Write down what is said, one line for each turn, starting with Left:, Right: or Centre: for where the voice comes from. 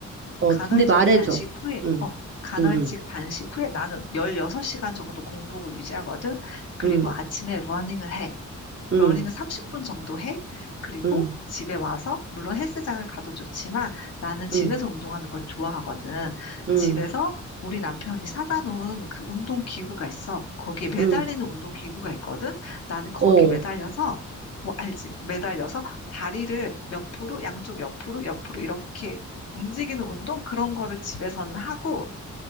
Right: 어,
Left: 간헐적
Right: 근데 말해줘.
Left: 단식 후에,
Right: 응,
Left: 어, 간헐적
Right: 응,
Left: 단식 후에 나는 16시간 정도 공복을 유지하거든. 그리고
Right: 응,
Left: 아침에 러닝을 해.
Right: 응,
Left: 러닝을 30분 정도 해. 그리고
Right: 응,
Left: 집에 와서, 물론 헬스장을 가도 좋지만 나는 집에서
Right: 응, 응,
Left: 운동하는 걸 좋아하거든.
Right: 응,
Left: 집에서 우리 남편이 사다 놓은 그 운동 기구가 있어. 거기에 매달리는
Right: 응.
Left: 운동 기구가 있거든. 나는 거기
Right: 어.
Left: 매달려서 뭐 알지? 매달려서 다리를 옆으로, 양쪽 옆으로, 옆으로 이렇게 움직이는 운동 그런 거를 집에서는 하고